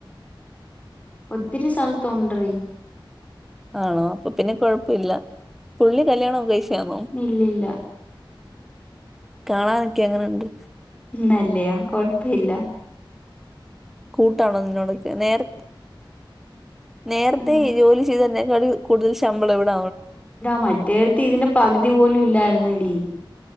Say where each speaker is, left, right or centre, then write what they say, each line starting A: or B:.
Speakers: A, on the left; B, in the centre.
A: ഒത്തിരി സ്ഥലത്ത് ഉണ്ടറി
B: ആണോ അപ്പൊ പിന്നെ കൊയപ്പല്ല പുള്ളി കല്യാണം ഒക്കെ കഴിച്ചതാണോ
A: ഇല്ലില്ല
B: കാണാനൊക്കെ എങ്ങനെണ്ട്
A: നാല്ലയ കൊഴപ്പമില്ല
B: കൂട്ടാണോ നിന്നോടൊക്കെ നേര നേരത്തെ
A: ആഹ്.
B: ജോലി ചെയ്ത് തന്നെ ക കൂടുതൽ ശമ്പളം എവി
A: മറ്റേടുത്ത് ഇതിന്റെ പകുതി പോലും ഇല്ലായിരുന്നടി